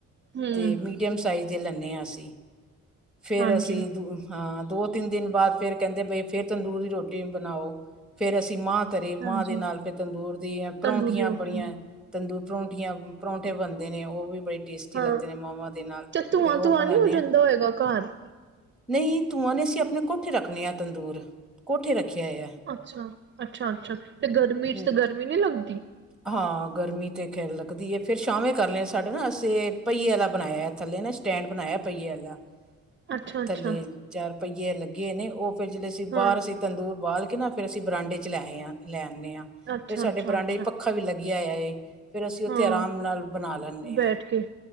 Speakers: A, on the right; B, in the centre.
A: ਹੂੰ
B: ਅਤੇ, ਮੀਡੀਅਮ ਸਾਈਜ਼ ਦੇ ਲੈਂਨੇ ਹਾਂ ਅਸੀ, ਫਿਰ
A: ਹਾਂਜੀ
B: ਅਸੀਂ ਦੂ- ਹਾਂ, ਦੋ, ਤਿੰਨ ਦਿਨ ਬਾਅਦ ਫਿਰ ਕਹਿੰਦੇ ਬਈ, ਫੇਰ ਤੰਦੂਰ ਦੀ ਰੋਟੀ ਬਣਾਓ! ਫੇਰ ਅਸੀਂ ਮਾਂ- ਧਰੇ
A: ਹਾਂਜੀ
B: ਮਾਂ ਦੇ ਨਾਲ ਫਿਰ ਤੰਦੂਰ ਦੀ
A: ਤੰਦੂਰੀ
B: ਪਰੌਂਠੀਆਂ
A: ਰੋਟੀ
B: ਬੜੀਆਂ, ਤੰਦੂ ਪਰੌਂਠੀਆਂ ਪਰੌਂਠੇ ਬਣਦੇ ਨੇਂ, ਉਹ ਵੀ ਬੜੀ ਟੇਸਟੀ
A: ਹਾਂ
B: ਲੱਗਦੇ ਕੇਂਦੇ ਨੇਂ ਮਾਵਾਂ ਦੇ ਨਾਲ,
A: ਚ ਧੂੰਆਂ
B: ਫਿਰ ਉਹ
A: ਧੂੰਆਂ
B: ਬਨਾਂਣੇ
A: ਨੀ ਹੋ ਜਾਂਦਾ
B: ਆਂ।
A: ਹੋਏਗਾ ਘਰ
B: ਨਹੀਂ ਧੂਆਂ ਨਈ ਸੀਂ ਅਪਣੇ ਕੋਠੇ ਰੱਖਣੇ ਆ ਤੰਦੂਰ, ਕੋਠੇ ਰੱਖਿਆ ਯਾ।
A: ਅੱਛਾ! ਅੱਛਾ-ਅੱਛਾ, ਤੇ ਗਰਮੀ
B: ਹਮ,
A: 'ਚ ਤਾ ਗਰਮੀ ਨਹੀਂ ਲੱਗਦੀ?
B: ਹਾਂ, ਗਰਮੀ ਤੇ ਖੈਰ ਲੱਗਦੀ ਏ, ਫਿਰ ਛਾਵੇਂ ਕਰ ਲਿਆ। ਸਾਡੇ ਨਾ ਅਸੀਂ ਪਹੀਏ ਵਾਲਾ ਬਣਾਇਆ ਥੱਲੇ ਨਾ- ਸਟੈਂਡ ਬਣਾਇਆ ਪਈਏ ਆਲਾ।
A: <inaudible> ਅੱਛਾ
B: ਥੱਲੇ ਚਾਰ ਪਈਏ ਲੱਗੇ ਨੇ, ਉਹ ਫੇਰ ਜੇ ਅਸੀਂ, ਬਾਹਰ
A: ਹਾਂ
B: ਅਸੀਂ- ਤੰਦੂਰ ਬਾਲ ਕੇ ਨਾ, ਫਿਰ ਅਸੀਂ ਬਰਾਂਡੇ'ਚ ਲਿਆਏ ਆਂ, ਲੈ ਆਂਨੇ ਹਾਂ,
A: ਅੱਛਾ
B: ਫਿਰ ਸਾਡੇ
A: ਅੱਛਾ
B: ਬਰਾਂਡੇ'ਚ
A: ਅੱਛਾ
B: ਪੱ- ਪੱਖਾ ਵੀ ਲੱਗਿਆ ਯਾਏ। ਫਿਰ ਅਸੀਂ ਉੱਥੇ
A: ਹਾਂ
B: ਆਰਾਮ ਨਾਲ ਬਣਾ ਲੈਂਨੇ
A: ਬੈਠ
B: ਹਾਂ।
A: ਕੇ